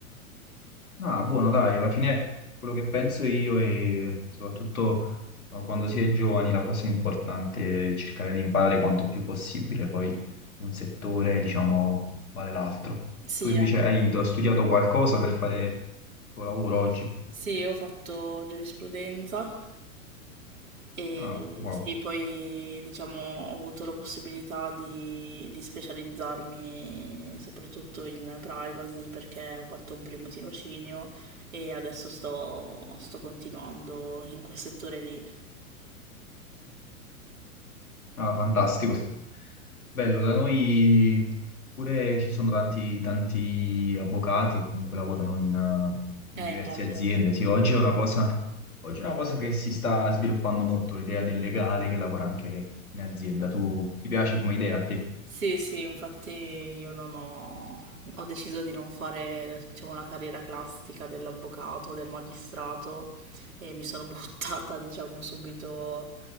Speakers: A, on the left; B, on the right.
A: Ah, buono, dai, alla fine quello che penso io e soprattutto eh, quando si è giovani la cosa importante è cercare di imparare quanto più possibile, poi un settore, diciamo, vale l'altro.
B: Sì,
A: Tu invece
B: anche...
A: hai do- studiato qualcosa per fare il tuo lavoro oggi?
B: Sì, io ho fatto giurisprudenza e
A: Ah, wow.
B: sì, poi diciamo ho avuto la possibilità di, di specializzarmi soprattutto in privacy perché ho fatto un primo tirocinio e adesso sto, sto continuando in quel settore lì.
A: Ah, fantastico. Bello, da noi pure ci sono tanti, tanti avvocati che comunque lavorano in, eh,
B: Eh,
A: in diverse
B: immagino,
A: aziende.
B: sì.
A: Sì, oggi è una cosa, oggi è una cosa che si sta sviluppando molto, l'idea del legale che lavora anche in azienda. Tu ti piace come idea a te?
B: Sì, sì, infatti io non ho... ho deciso di non fare, diciamo, la carriera classica dell'avvocato, del magistrato e mi sono <laughs> buttata, diciamo, subito